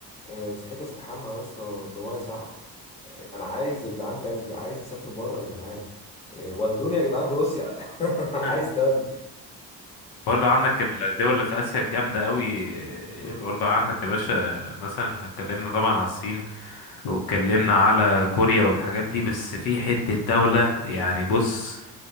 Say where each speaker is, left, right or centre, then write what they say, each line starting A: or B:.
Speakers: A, on the left; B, on the left.
A: آه، صحيت استحمى يا اسطى بميه ساقعه يعني انا عايز يا جدعان تلج عايز اسافر بره يا جدعان يعني ودوني يا جدعان روسيا <laughs> عايز
B: <laughs>
A: تلج
B: برضه عندك الدول اللي في آسيا الجامدة أوي
A: مم.
B: برضه عندك يا باشا مثلا احنا اتكلمنا طبعا عن الصين واتكلمنا على كوريا والحاجات دي بس في حتة دولة يعني بص